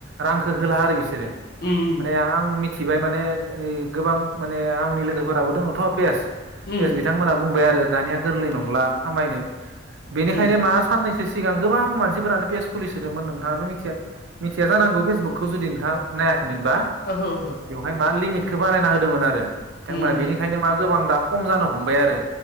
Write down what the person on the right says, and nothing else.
रांखौ होला आरो बिसोर। सोरो
माने आं मिथिबाय माने ओइ गोबां माने आंनि लोगोफोराबो दङथ' पेज
पेज बिथांमोनहा बुंबाय आरो दानिया गोरलै नंला खामायनो बेनिखायनो
मा साननैसो सो सिगां गोबां मानसिफोरानो पेज खुलिसोदोंमोन नोंथाङाबो मिथिया मिथिया जानांगौे फेसबु बुकखौ जुदि नोंथा नायाखैमोनबा
बेवहाय मा लिमिटखौ बारायना होदोंमोन आरो। बिथांमोना
बेनिखायनो मा गोबां दा कम जानो हमबाय आरो।